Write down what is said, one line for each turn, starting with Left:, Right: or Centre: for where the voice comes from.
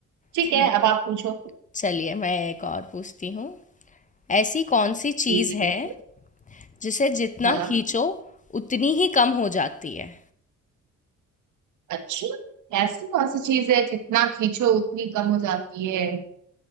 Right: ठीक
Left: खैर,
Right: है अब आप पूछो
Left: चलिए मैं एक और पूछती हूँ ऐसी कौन सी चीज
Right: जी जी
Left: है
Right: बिल्कुल
Left: जिसे जितना
Right: हाँ
Left: खींचो उतनी ही कम हो जाती है
Right: अच्छा ऐसी कौन सी चीज है जितना खींचो उतनी कम हो जाती है